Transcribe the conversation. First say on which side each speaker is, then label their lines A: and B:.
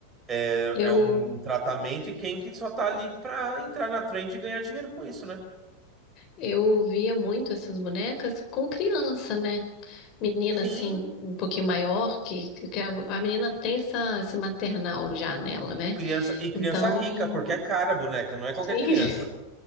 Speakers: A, on the right (about 20°); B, on the left (about 35°).
A: é
B: Eu
A: é um tratamento e quem que só tá ali pra entrar na trend e ganhar dinheiro com isso, né?
B: eu via muito essas bonecas com criança, né? menina
A: Sim,
B: assim, um pouquinho maior, que, que que a, a menina tem essa, esse maternal já nela, né?
A: criança e criança
B: Então,
A: rica, porque é cara a boneca, não é
B: sim,
A: qualquer criança.